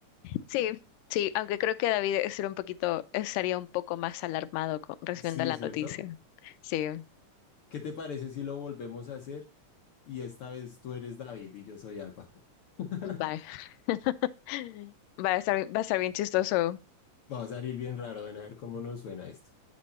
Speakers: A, on the left; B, on the left.
A: Sí, sí, aunque creo que David estaría un poquito, estaría un poco más alarmado con, recibiendo
B: sí,
A: la
B: ¿cierto?
A: noticia. Sí,
B: ¿Qué te parece si lo volvemos a hacer y esta vez tú eres David y yo soy Alba? <laughs>
A: vaya. <laughs> Va a estar, va a estar bien chistoso.
B: Va a salir bien raro, ven a ver cómo nos suena esto.